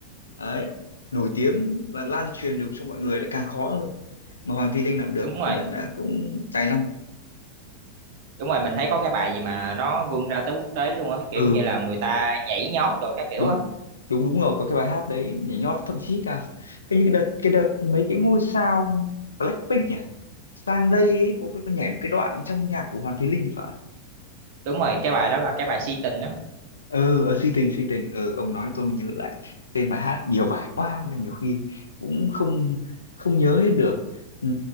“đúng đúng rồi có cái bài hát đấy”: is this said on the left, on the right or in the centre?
Left